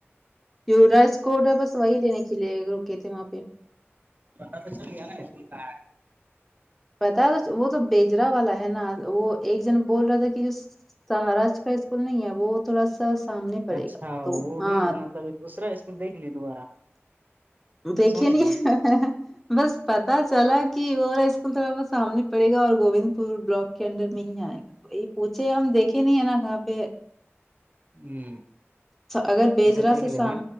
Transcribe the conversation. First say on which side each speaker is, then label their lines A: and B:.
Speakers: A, in the centre; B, on the right.
A: جو رائس کوٹ ہے بس وہی لینے کے لیے رکے تھے وہاں پہ
B: بت توشن گ ہے نا اس س کا ہے
A: پتا تو وہ تو بیجرا والا ہے نا وہ ایک جن بول رہا تھا کہ جو سہاراج کا اسکول نہیں ہے وہ تھوڑا سا سامنے پڑے
B: اچھا
A: گا تو
B: وہ
A: ہاں
B: بھی مطلب دوسرا اسکول دیکھ نہیں دوبارہ
A: دیکھے
B: سوچ
A: نہیں
B: لی
A: بس پتا چلا کہ وہا اسکول تھوڑا بہت سامنے پڑے گا اور گوند پور بلاک کے انڈر میں ہی آئے گا وہی پوچھے ہم دیکھے نہیں ہے نا کہاں پہ
B: ہ
A: اگر بیجرا
B: ایسا دیکھ
A: سے
B: لینا
A: سام